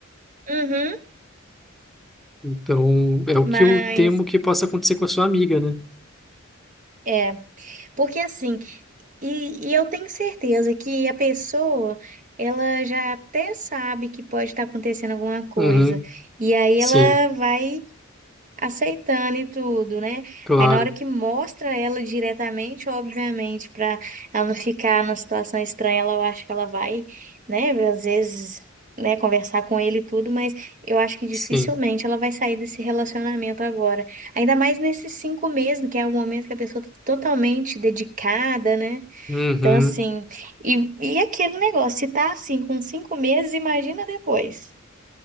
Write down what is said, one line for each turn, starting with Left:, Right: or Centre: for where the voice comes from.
Right: Uhum,
Centre: Então, é o
Right: mas
Centre: que eu temo que possa acontecer com a sua amiga, né?
Right: é, porque assim, e, e eu tenho certeza que a pessoa, ela já até sabe que pode estar acontecendo alguma coisa,
Centre: Uhum,
Right: e aí
Centre: sim,
Right: ela vai aceitando e tudo, né?
Centre: claro,
Right: Aí na hora que mostra ela diretamente, obviamente, para ela não ficar numa situação estranha, ela, eu acho que ela vai, né, às vezes, né, conversar com ele e tudo, mas eu acho que dificilmente
Centre: sim.
Right: ela vai sair desse relacionamento agora. Ainda mais nesses cinco meses, que é o momento que a pessoa tá totalmente dedicada, né?
Centre: Uhum.
Right: Então, assim, e, e aquele negócio, se tá assim com cinco meses, imagina depois.